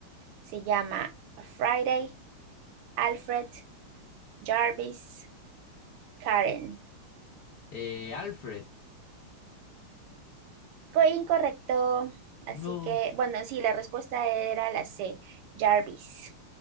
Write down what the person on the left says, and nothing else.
Eh, Alfred.
No.